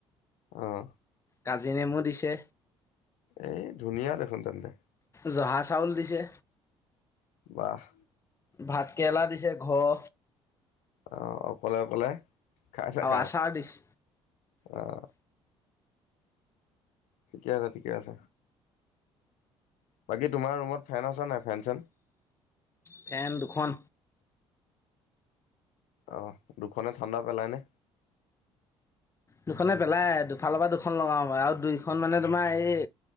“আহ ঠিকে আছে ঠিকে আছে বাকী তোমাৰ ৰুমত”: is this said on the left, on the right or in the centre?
Left